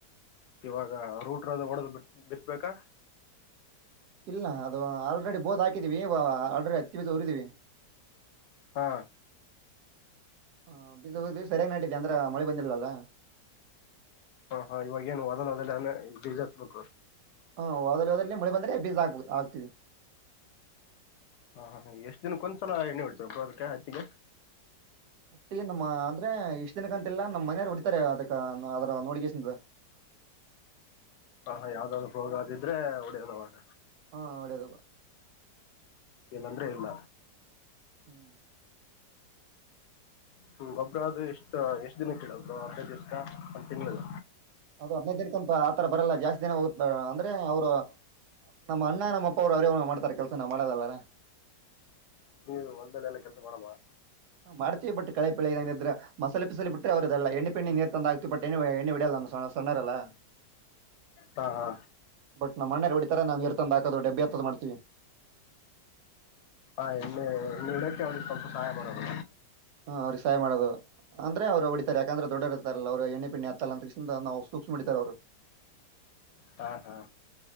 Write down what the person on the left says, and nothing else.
ಇವಾಗ ರೂಟ್ರು ಹೊಡೆದು ಬಿತ್ತಬೇಕಾ
ಹಾ.
ಹಾ ಹಾ ಇವಾಗ ಏನು ವದನ್ ಅದೆಲ್ಲ ಬಡಿಸಟ್ಬೇಕು
ಹಾ ಹ ಎಷ್ಟ್ ದಿನಕ್ಕ ಒಂದ್ಸಲ ಎಣ್ಣೆ ಹೊಡ್ತರಬ್ ಅದಕ್ಕೆ ಹತ್ತಿಗೆ
ಹ ಯಾವ್ದಾದ್ದರು ಪ್ರೋಗ್ರ ಇದ್ರೆ ಹೊಡಿಯೋವಾಗ.
ಏಲ್ಲಂದ್ರೆ ಇಲ್ಲ
ಹ್ಮ ಗೊಬ್ಬರ ಅದು ಎಷ್ಟ ಎಷ್ಟ್ ದಿನಕ್ಕಡದು ಹರ್ನೈದು ದಿವ್ಸಕ ಒಂದ ತಿಂಗಳಗ
ನೀವು ಹೊಲದಲ್ಲಿ ಎಲ್ಲ ಕೆಲ್ಸ ಮಾಡಲವಾ
ಹಾ ಹಾ.
ಹಾ ಇನ್ನೆ ಇನ್ನು ಇಡೋಕ್ಕೆ ಅವ್ರಿಗೆ ಸ್ವಲ್ಪ ಸಹಾಯ ಮಾಡೋದು.
ಹಾ ಹಾ